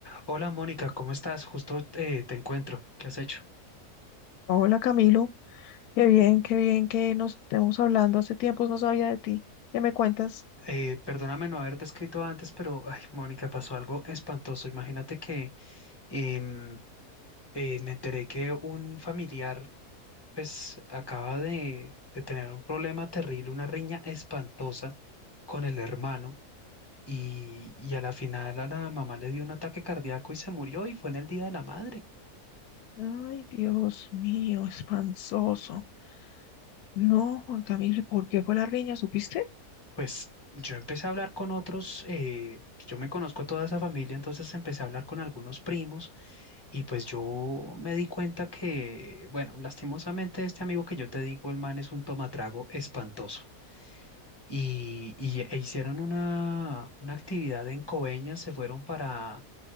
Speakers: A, on the left (about 20°); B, on the left (about 75°).
A: Hola Mónica, ¿cómo estás? Justo eh, te encuentro. ¿Qué has hecho?
B: Hola Camilo, qué bien, qué bien que nos estemos hablando. Hace tiempos no sabía de ti. ¿Qué me cuentas?
A: Eh, perdóname no haberte escrito antes, pero ay, Mónica, pasó algo espantoso. Imagínate que em, eh, me enteré que un familiar pues acaba de, de tener un problema terrible, una riña espantosa con el hermano y, y a la final a la mamá le dio un ataque cardíaco y se murió y fue en el Día de la Madre.
B: Ay, Dios mío, espansoso. No, Juan Camilo, ¿y ¿por qué fue la riña? ¿Supiste?
A: Pues yo empecé a hablar con otros, eh, que yo me conozco a toda esa familia, entonces empecé a hablar con algunos primos y pues yo me di cuenta que, bueno, lastimosamente este amigo que yo te digo, el man es un tomatrago espantoso. Y, y- e hicieron una, una actividad en Coveñas, se fueron para,